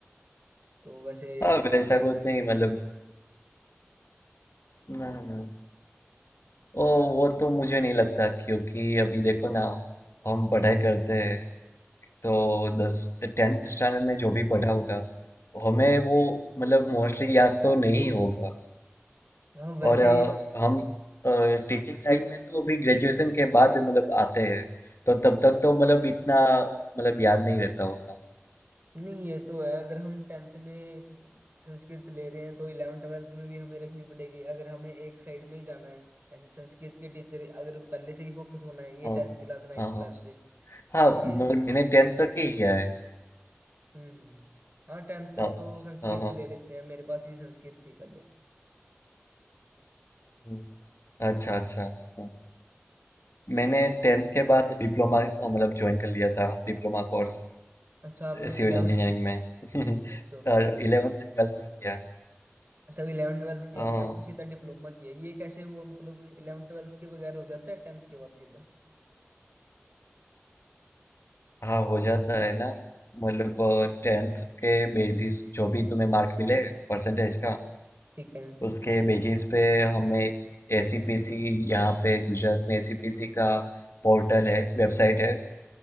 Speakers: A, on the right; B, on the left.
A: तो वैसे
B: हाँ, वैसा कुछ नहीं मतलब ना ना ओ वो तो मुझे नहीं लगता क्योंकि अभी देखो ना हम पढ़ाई करते हैं तो
A: हाँ
B: दस टेंथ स्टैंडर्ड में जो भी पढ़ा होगा हमें वो मतलब मोस्टली याद तो नहीं होगा
A: हाँ वैसे
B: और अ, हम टीचिंग लाइन में तो अभी ग्रेजुएशन के बाद मतलब आते हैं तो तब तक तो मतलब इतना मतलब याद नहीं रहता होगा
A: नहीं ये तो है अगर हम टेंथ में संस्कृत ले रहे हैं तो इलेवन ट्वेल्थ में भी हमें रखनी पड़ेगी अगर हमें एक साइड में ही जाना है ऐसे संस्कृत के टीचर अगर पहले से ही फोकस बनाएंगे
B: हाँ
A: टेंथ क्लास नाइन्थ
B: हाँ
A: क्लास
B: हाँ
A: से
B: हाँ
A: तो ये
B: मतलब मैंने टेंथ तक ही किया है
A: हम्म हम्म हाँ टेंथ तक
B: हाँ
A: तो संस्कृत
B: हाँ हाँ
A: ले लेते हैं मेरे पास भी संस्कृत थी पहले
B: हम्म, अच्छा अच्छा हम्म। मैंने टेंथ के बाद डिप्लोमा मतलब ज्वाइन कर लिया था डिप्लोमा कोर्स
A: अच्छा आपने
B: सिविल
A: इलेवन
B: इंजीनियरिंग में <laughs>
A: Okay okay
B: और इलेवेंथ ट्वेल्थ में किया
A: अच्छा इलेवन ट्वेल्थ किया
B: हाँ
A: नहीं आपने सीधा डिप्लोमा किया ये कैसे हुआ मतलब इलेवन ट्वेल्थ के बगैर हो जाता है टेंथ के बाद सीधा
B: हाँ हो जाता है ना मतलब टेंथ के बेसिस जो भी तुम्हें मार्क मिले परसेंटेज का
A: ठीक है
B: उसके बेसिस पे हमें एसीपीसी यहाँ पे गुजरात में एसीपीसी का पोर्टल है वेबसाइट है